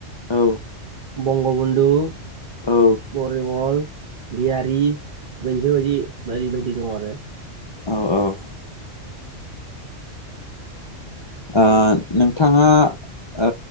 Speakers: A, on the left; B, on the right.
A: औ
B: बंगबन्धु
A: औ
B: फररिमल गियारि बैफोरबायदि बायदि बायदि दं आरो।
A: औ औ ओ नोंथाङा ओ